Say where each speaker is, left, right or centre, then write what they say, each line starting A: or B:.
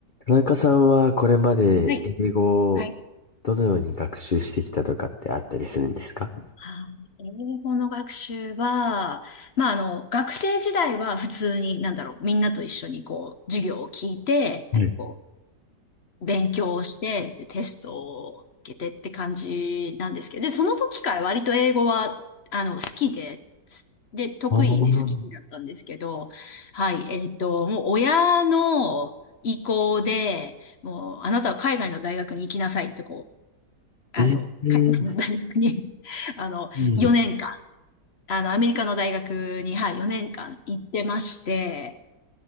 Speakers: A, on the left (about 75°); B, on the left (about 50°).
A: 田中さんはこれまで英語を
B: はい。はい。
A: どのように学習してきたとかってあったりするんですか
B: はい、英語の学習は、まあ、あの、学生時代は普通に、なんだろう、みんなと一緒にこう、授業を聞いて、
A: はい。
B: なんかこう、勉強をして、テストを受けてって感じなんですけど、で、その時から割と英語は、あの、好きで、で、得意で好きだったんですけど、
A: ああ、は
B: はい、えっと、もう親の意向で、もう、あなたは海外の大学に行きなさいってこう、あの、
A: い。えー、
B: 海外の大学に <laughs> あの、
A: いい
B: 4年間、あの、アメリカの大学に、はい、4年間行ってまして、